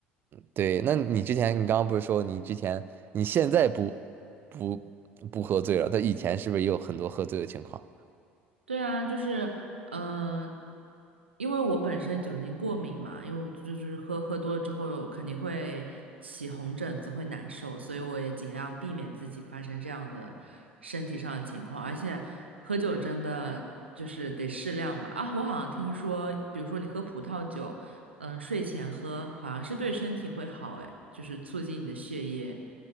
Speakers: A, on the right; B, on the right.
A: 对，那你之前你刚刚不是说你之前你现在不不不喝醉了，但以前是不是也有很多喝醉的情况？
B: 对啊，就是，嗯、因为我本身酒精过敏嘛，因为我就是喝喝多了之后肯定会起红疹子，会难受，所以我也尽量避免自己发生这样的身体上的情况。而且喝酒真的就是得适量吧。啊，我好像听说，比如说你喝葡萄酒，嗯、睡前喝好像是对身体会好，哎，就是促进你的血液。